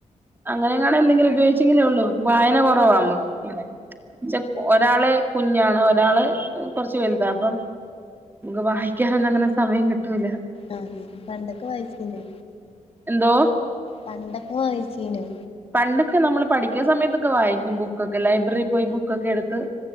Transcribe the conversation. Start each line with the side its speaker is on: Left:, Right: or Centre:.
Right: അങ്ങനെങ്ങാനും എന്തെങ്കിലും ഉപയോഗിച്ചെങ്കിലേ ഉള്ളൂ വായന കൊറവാ നമ്മുക്ക് ഉം ഒരാള് കുഞ്ഞാണ് ഒരാള് കൊറച്ച് വലുതാ അപ്പം നമുക്ക് വായിക്കാനൊന്നും അങ്ങനെ സമയം കിട്ടൂല
Left: ആഹ് ആഹ് പണ്ടൊക്കെ വായിച്ചിനൊ
Right: എന്തോ
Left: പണ്ടൊക്കെ വാങ്ങിച്ചീനോ?
Right: പണ്ടൊക്കെ നമ്മള് പഠിക്കുന്ന സമയത്തൊക്കെ വായിക്കും ബുക്കൊക്കെ ലൈബ്രറി പോയി ബുക്കൊക്കെ എടുത്ത്